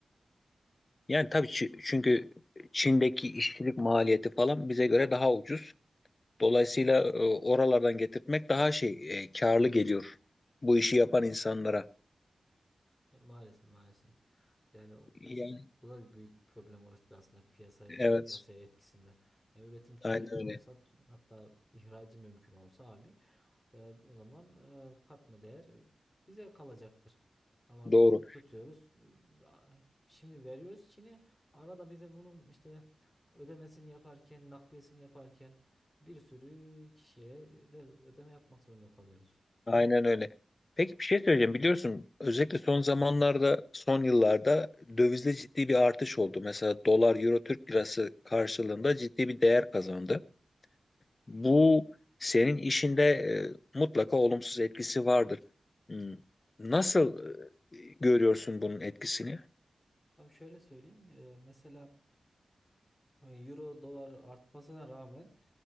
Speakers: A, on the left; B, on the left.
A: Yani tabii çü- çünkü Çin'deki işçilik maliyeti falan bize göre daha ucuz. Dolayısıyla e, oralardan getirtmek daha şey e, karlı geliyor bu işi yapan insanlara.
B: Maalesef maalesef. Yani bu,
A: Yani
B: bu da büyük bir problem oluşturur aslında piyasaya,
A: evet,
B: piyasaya etkisinde. Yani üretim Türkiye'den
A: aynen öyle.
B: olsa tü- hatta ihracı mümkün olsa abi e, o zaman e, katma değer e, bize kalacaktır. Ama
A: Doğru.
B: biz tutuyoruz e, a- şimdi veriyoruz Çin'e arada bize bunun işte ödemesini yaparken nakliyesini yaparken bir sürü kişiye de ödeme yapmak zorunda kalıyoruz.
A: Aynen öyle. Peki bir şey söyleyeceğim. Biliyorsun özellikle son zamanlarda, son yıllarda dövizde ciddi bir artış oldu. Mesela dolar, euro, Türk lirası karşılığında ciddi bir değer kazandı. Bu senin işinde e, mutlaka olumsuz etkisi vardır. Hmm. Nasıl e, görüyorsun bunun etkisini?
B: Abi şöyle söyleyeyim. e, mesela Euro dolar artmasına rağmen